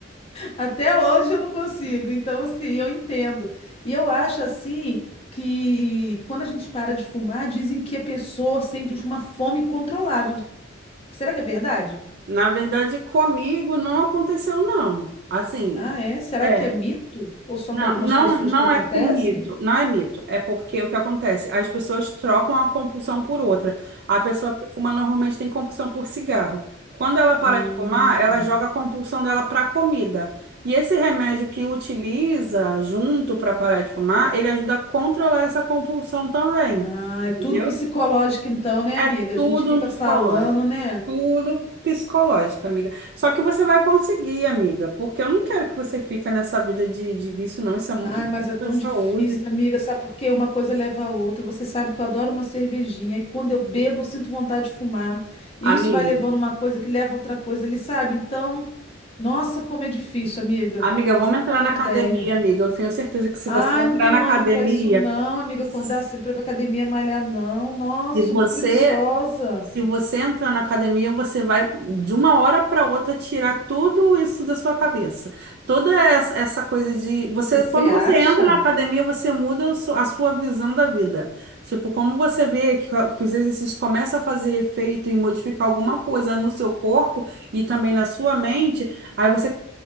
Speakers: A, on the left; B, on the right.
A: Até hoje eu não consigo. Então, assim, eu entendo. E eu acho, assim, que quando a gente para de fumar, dizem que a pessoa sente uma fome incontrolável. Será que é verdade?
B: na verdade comigo não aconteceu não. Assim,
A: Ah, é? Será
B: é.
A: que é mito? Ou só
B: Não,
A: com algumas
B: não,
A: pessoas
B: não
A: que acontece?
B: é com mito, não é mito, é porque o que acontece? As pessoas trocam a compulsão por outra. A pessoa que fuma normalmente tem compulsão por cigarro. Quando ela para
A: Hum.
B: de fumar, ela joga a compulsão dela para comida. E esse remédio que utiliza junto para parar de fumar, ele ajuda a controlar essa compulsão também.
A: Ah, é tudo
B: Entendeu?
A: psicológico, então, né,
B: É
A: amiga?
B: tudo
A: A gente fica
B: no psicológico.
A: falando, né?
B: Tudo psicológico, amiga. Só que você vai conseguir, amiga, porque eu não quero que você fique nessa vida de, de vício, não. Isso é muito
A: Ai, mas é tão
B: para saúde.
A: difícil, amiga, sabe por quê? Uma coisa leva a outra. Você sabe que eu adoro uma cervejinha e quando eu bebo, eu sinto vontade de fumar. E
B: Amiga,
A: isso vai levando uma coisa que leva a outra coisa, ele sabe? Então, nossa, como é difícil, amiga.
B: amiga, vamos
A: Você
B: entrar
A: não tem
B: na academia,
A: ideia.
B: amiga. Eu tenho certeza que se
A: Ai,
B: você entrar
A: não tenho
B: na academia,
A: ânimo pra isso não, amiga,
B: se
A: acordar cedo pra ir pra academia malhar não. Nossa, eu sou
B: você
A: muito preguiçosa.
B: Se você entrar na academia, você vai de uma hora para outra tirar tudo isso da sua cabeça. Toda essa, essa coisa de você,
A: Você
B: quando
A: acha?
B: você entra na academia, você muda o su- a sua visão da vida. Tipo, como você vê que, que os exercícios começam a fazer efeito e modificar alguma coisa no seu corpo e também na sua mente, aí você